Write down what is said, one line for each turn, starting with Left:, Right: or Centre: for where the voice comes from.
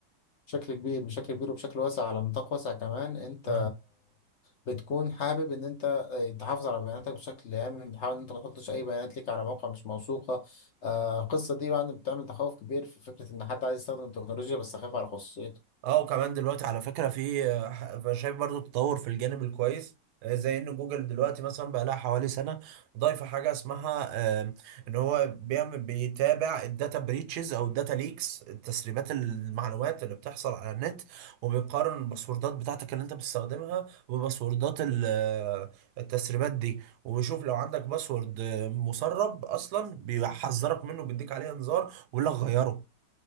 Left: بشكل كبير بشكل كبير وبشكل واسع على نطاق واسع كمان انت
Right: آه،
Left: بتكون حابب ان انت آه، تحافظ على بياناتك بشكل امن بتحاول ان انت ما تحطش اي بيانات ليك على موقع مش موثوقه آه، القصه دي بقى بتعمل تخوف كبير في فكره ان حد عايز يستخدم التكنولوجيا بس خايف على خصوصيته
Right: اه وكمان دلوقتي على فكرة في أنا شايف برضو تطور في الجانب الكويس آه، زي ان جوجل دلوقتي مثلا بقى لها حوالي سنة ضايفة حاجة اسمها آه، ان هو بيعمل بيتابع الداتا بريتشز او الداتا ليكس تسريبات المعلومات اللي بتحصل على النت وبيقارن الباسوردات بتاعتك اللي انت بتستخدمها بباسوردات ال- آه، التسريبات دي وبيشوف لو عندك باسورد آه، مسرب اصلا بيحذرك منه بيديك عليه انذار ويقول لك غيره